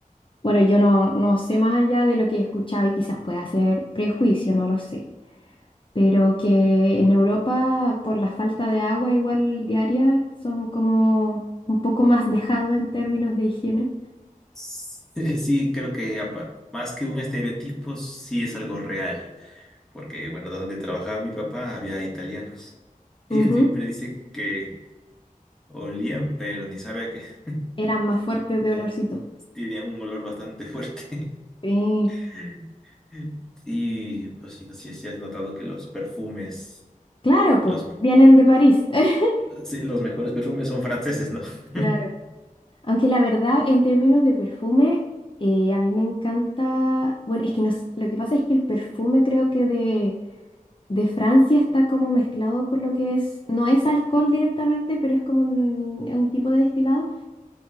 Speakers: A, on the left; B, in the centre.
A: bueno, yo no, no sé más allá de lo que he escuchado y quizás pueda ser prejuicio, no lo sé. pero que en Europa por la falta de agua igual diaria son como un poco más dejados en términos de higiene.
B: Sí, sí, creo que apa- más que un estereotipo, sí es algo real, porque bueno, donde trabajaba mi papá había italianos y
A: Ujú.
B: él siempre dice que olían, pero ni sabe a qué, <laughs>
A: Eran más fuertes de olorcito.
B: tenía un olor bastante fuerte.
A: Sí,
B: <laughs> Y pues sí, no sé si has notado que los perfumes,
A: claro,
B: los,
A: pues, vienen de París. <laughs>
B: sí, los mejores perfumes son franceses, ¿no? <laughs>
A: Claro. Aunque la verdad, en términos de perfume, eh, a mí me encanta. Bueno, es que no s- lo que pasa es que el perfume creo que de, de Francia está como mezclado con lo que es. No es alcohol directamente, pero es como un, un tipo de destilado.